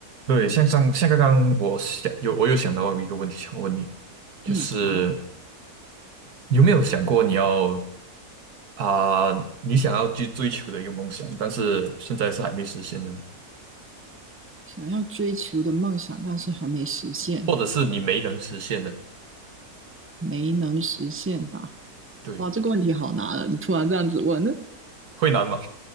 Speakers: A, on the right; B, on the right.
A: 对，像上像刚刚我想有我有想到一个问题想问你，就是
B: 嗯，好，
A: 你有没有想过你要啊、你想要去追求的一个梦想，但是现在是还没实现的呢，
B: 想要追求的梦想，但是还没实现，
A: 或者是你没能实现的，
B: 没能实现啊！
A: 对，
B: 哇，这个问题好难啊！你突然这样子问，<laughs> 呢？
A: 会难吗？